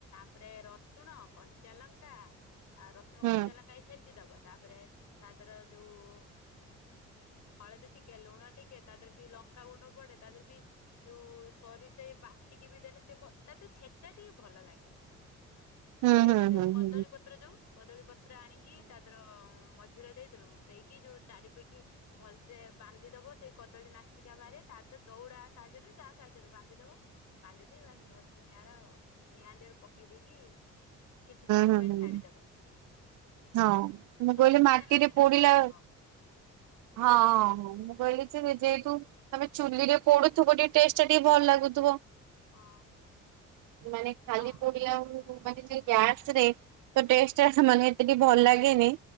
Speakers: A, on the left; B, on the right.
A: ତାପରେ ରସୁଣ କଞ୍ଚାଲଙ୍କା ଆଉ ରସୁଣ
B: ହୁଁ
A: କଞ୍ଚାଲା ଖାଇ ଛଚିଦବା ତାପରେ ତା ଦେର ଯୋଉ ହଳଦୀ ଟିକେ ଲୁଣ ଟିକେ ତା ଦେହ ବି ଲଙ୍କାାଗୁଣ୍ଡ ପଡେ ତା ଦେହରେ ବି ଯୋଉ ସରିଷେଇ ବାଟିକି ବି ଦେଲେେ ସେ ତା ଛେଚା ଟିକେ ଭଲ ଲାଗେ। ତ
B: ହୁଁ
A: ଦେଇକି
B: ହୁଁ
A: ଯୋଉ
B: ହୁଁ ହୁଁ ହୁଁ ହୁଁ ହୁଁ ହୁଁ ହୁଁ
A: କଦଳୀ ପତ୍ର ଯୋଉ କଦଳୀ ପତ୍ର ଆଣିକି ତା ଦେହ ମ <unintelligible> ଥିଲ ଦେଇକି ଯୋଉ ଚାରି ପିଠି ଭଲସେ ବାନ୍ଧି ଦବ ସେଇ କଦଳୀ ନାସିକା ବାହାରେ ତା ଦେହରେ ଦୌଡା ସାହାଯ୍ୟରେ ଯାହା ସାହାଯ୍ୟରେ ବାନ୍ଧିଦବ। ବାନ୍ଧିଦିଏ ବାସ ଘଷି ନିିଆର ନିଆଁ ଦେହରେ ପକେଇ ଦେଇକି କିଛି ସମୟ
B: ହୁଁ
A: ପାଇଁ
B: ହୁଁ
A: ଛାଡିଦବ।
B: ହଁ ମୁକଇଲି
A: ସୋରିଷ
B: ମାଟିରେ
A: ତେଲ ବି ତା
B: ପଡ଼ିିଲ
A: ଦେହରେ ଦବ
B: ହଁ ଓଁ ହୋ ମୁଁ କହିଲି ଯେ ଯେଇୁ ତମେ ଚୁଲି ରେ ପୋଡୁଥିବ ଟିକେ ଟେଷ୍ଟ ଟା ଟିକେ ଭଲ ଲାଗୁଥିବ।
A: ହଁ।
B: ମାନେ ଖାଲି
A: ହଁ
B: ପଡିଲା ହଉ ମୁଁ କହିଲି ଯେ ଗ୍ୟାସରେ ତ ଟେଷ୍ଟ ଆ ମାନେ ସେଠି ଭଲ ଲାଗେନି